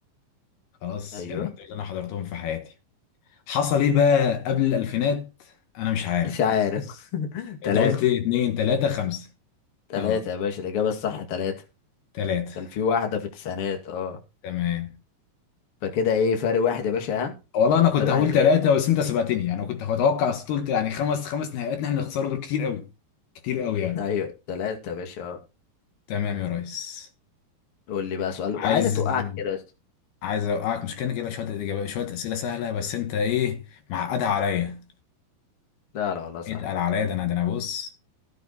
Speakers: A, on the left (about 70°); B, on the left (about 40°).
A: خلاص
B: أيوه
A: يعني ده اللي انا حضرتهم في حياتي حصل ايه بقى قبل الألفينات انا مش عارف
B: مش عارف <laughs> تلاتة
A: انت قلت اتنين تلاتة خمسة
B: تلاتة
A: اه
B: يا باشا الإجابة الصح تلاتة
A: تلاتة
B: كان في واحدة في التسعينات اه
A: تمام
B: فكده إيه فرق واحد يا باشا ها
A: والله انا كنت
B: فرق
A: هقول
B: واحد ليا
A: ثلاثه
B: <laughs>
A: بس انت سبقتني يعني انا كنت هتوقع بس قلت يعني خمس خمس نهائيات إن احنا نخسرهم دول كتير قوي كتير قوي يعني
B: أيوه تلاتة يا باشا اه
A: تمام يا ريس
B: قول لي بقى سؤال
A: عايز
B: وعايزك توقعني كده بس
A: عايز اوقعك مش كان كده شويه اجابات شويه اسئله سهله بس انت ايه معقدها عليا
B: لا لا والله سهل
A: اتقل عليا ده انا ده انا بص